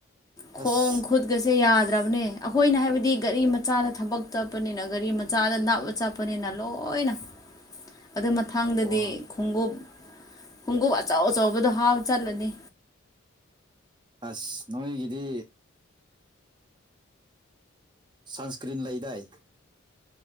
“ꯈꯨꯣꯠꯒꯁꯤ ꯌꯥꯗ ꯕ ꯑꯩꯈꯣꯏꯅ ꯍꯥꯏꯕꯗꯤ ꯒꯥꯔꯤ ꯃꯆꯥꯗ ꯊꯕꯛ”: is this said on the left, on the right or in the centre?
Left